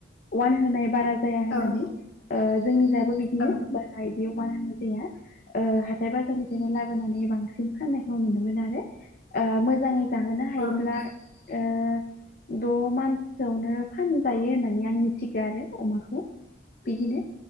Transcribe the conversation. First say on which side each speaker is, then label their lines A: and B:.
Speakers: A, on the left (about 50°); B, on the left (about 85°).
A: अवान होनाय बारा जाया होननानै
B: औ नोंथां औ
A: जोंनि दाबो बिदिनो
B: औ
A: बाहाय दैयाव बानायनाय जाया। ओ हाथाय बाजारनिफ्रायनो लाबोनानै बांसिन फाननायखौ नुनो मोनो आरो ओ मोजाङै जाहोनो हायोब्ला
B: औ नोंथां
A: ओ द' मानसोआवनो फानजायो होननानै आं मिथिगो आरो अमाखो। बिदिनो